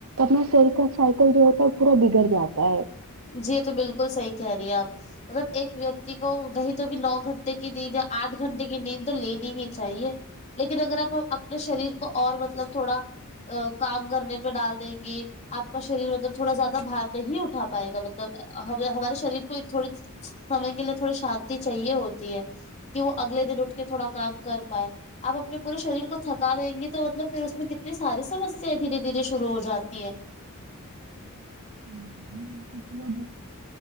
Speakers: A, on the right; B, on the left.
A: اپنا سر کا سائیکل جو ہوتا ہے پورا بگڑ جاتا ہے
B: جی یہ تو بالکل صحیح کہہ رہی آپ مطلب ایک ویکتی کو نہیں تو بھی نو گھنٹے کی نیند یا آٹھ گھنٹے کی نیند تو لینی ہی چاہیے لیکن اگر آپ اپنے شریر کو اور مطلب تھوڑا ا کام کرنے پہ ڈال دیں گے آپ کا شریر مطلب تھوڑا زیادہ بھار نہیں اٹھا پائے گا مطلب ہم ہمارے شریر کو تھوڑی سمے کے لیے تھوڑی شانتی چاہیے ہوتی ہے کہ وہ اگلے دن اٹھ کے تھوڑا کام کر پائے آپ اپنے پورے شریر کو تھکا دیں گی تو مطلب پھر اس میں کتنی ساری سمسیایں دھیرے دھیرے شروع ہو جاتی ہیں
A: دیکھا